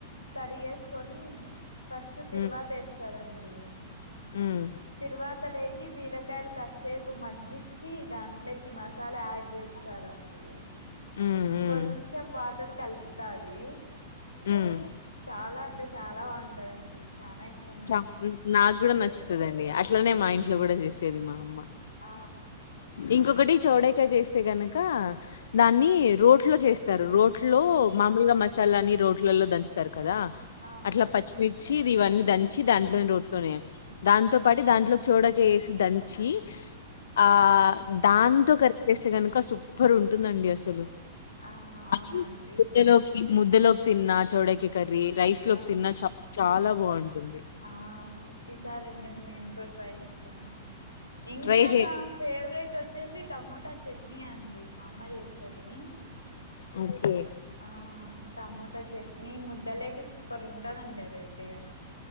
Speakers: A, on the left; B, on the left.
A: తరిగేసుకొని ఫస్ట్ తిరువాత
B: హ్మ్.
A: వేస్తదండి
B: హ్మ్.
A: తిరువాతలేక్ కి బీరకాయలు కాస్సేపు మగ్గించి దాంట్లోకి మసాలా యాడ్ చేస్తారంండి
B: హ్మ్. హ్మ్.
A: కొంచెం వాటర్ కలుపుతది
B: ఉమ్
A: చాలా అంటే చాలా బాగుంటదండి చానా ఇష్టం నాకి
B: చ నాకు కూడా నచ్చుతదండి అట్లనే మా ఇంట్లో కూడా చేసేది మా అమ్మ
A: ఆ
B: ఇంకొకటి చౌడకా చేస్తే గనక దాన్ని రోట్లో చేస్తారు రోట్లో మామూలుగా మసాలాని రోట్లలో దంచుతారు కదా
A: ఆ
B: అట్ల పచ్చిమిర్చి పిచ్చి దాంట్లో రోట్లోనే దాంతో పాటు దాంట్లోకి చౌడకా వేసి దంచి ఆ దాంతో కర్రీ చేస్తే గనుక సూపర్ ఉంటుందండి అసలు
A: ఆ అవునా
B: అది
A: అండి
B: ముద్దలోకి ముద్దలోకి తిన్నా చౌడకా కర్రీ రైస్ లోకి
A: ఆ
B: తిన్నా చాలా బాగుంటుంది
A: ఆ ఈసారి ఎప్పుడైనా మేము కూడా ట్రై చేస్తామండి ఇంకా
B: ట్రై చేయండి
A: నా ఫేవరెట్ వచ్చేసి టమటా చెట్ ట్నీ అండి మా అమ్మ చేస్తది
B: ఓకే
A: ఆ టమటా చట్నీ ముద్దలేకి సూపర్ ఉంటందండి అదయితే గన